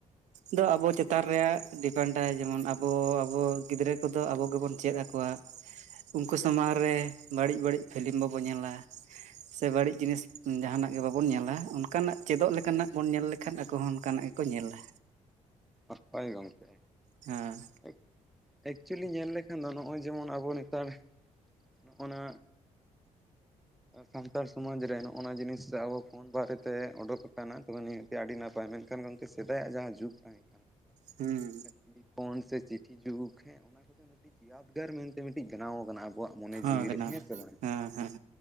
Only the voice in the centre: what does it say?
ᱦᱚᱸᱜ ᱚᱭ ᱜᱚᱝᱠᱮ᱾
ᱮᱠ ᱮᱠᱪᱩᱭᱮᱞᱤ ᱧᱮᱞ ᱞᱮᱠᱷᱟᱱ ᱫᱚ ᱱᱚᱜᱼᱚᱭ ᱡᱮᱢᱚᱱ ᱟᱵᱚ ᱱᱮᱛᱟᱨ ᱱᱚᱜᱼᱚᱱᱟ ᱥᱟᱱᱛᱟᱲ ᱥᱚᱢᱟᱡᱽ ᱨᱮ ᱱᱚᱜᱼᱱᱟ ᱡᱤᱱᱤᱥ ᱨᱮ ᱟᱵᱚ ᱯᱷᱳᱱ ᱵᱟᱨᱮᱛᱮ ᱚᱰᱳᱠ ᱟᱠᱟᱱᱟ, ᱛᱚᱵᱮ ᱱᱤᱭᱟᱹ ᱛᱮ ᱟᱹᱰᱤ ᱱᱟᱯᱟᱭ ᱢᱮᱱᱠᱷᱟᱱ ᱜᱚᱝᱠᱮ ᱥᱮᱫᱟᱭᱟᱜ ᱡᱟᱦᱟᱸ ᱡᱩᱜᱽ ᱛᱟᱦᱮᱸ
ᱴᱮᱞᱤᱯᱷᱳᱱ ᱥᱮ ᱪᱤᱴᱷᱤ ᱡᱩᱜᱽ ᱦᱮᱸ ᱚᱱᱟ ᱠᱚᱫᱚ ᱢᱤᱫᱴᱤᱡ ᱭᱟᱫᱽᱜᱟᱨ ᱢᱮᱱᱛᱮ ᱢᱤᱫᱴᱤᱡ ᱵᱮᱱᱟᱣ ᱠᱟᱱᱟ ᱟᱵᱚᱣᱟᱜ ᱢᱚᱱᱮ
ᱡᱤᱣᱤᱮ
ᱦᱮᱸ ᱥᱮ ᱵᱟᱝ᱾